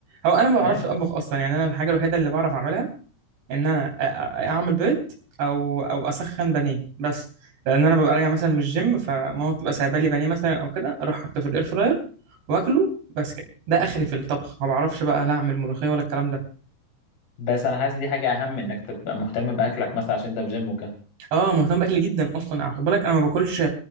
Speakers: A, on the right; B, on the left.
A: هو انا ما
B: فاهم
A: بعرفش اطبخ اصلا يعني انا الحاجه الوحيده اللي بعرف اعملها ان انا أ- أ- اعمل بيض او او اسخن بانيه بس لان انا ببقى راجع مثلا من الجيم فماما بتبقى سايبه لي بانيه مثلا او كده اروح حاطه في الاير فراير واكله بس كده ده اخري في الطبخ ما بعرفش بقى لا اعمل ملوخيه ولا الكلام ده
B: بس انا حاسس دي حاجه اهم انك تبقى مهتم باكلك مثلا عشان انت في جيم وكده
A: اه مهتم باكلي جدا اصلا خد بالك انا ما باكلش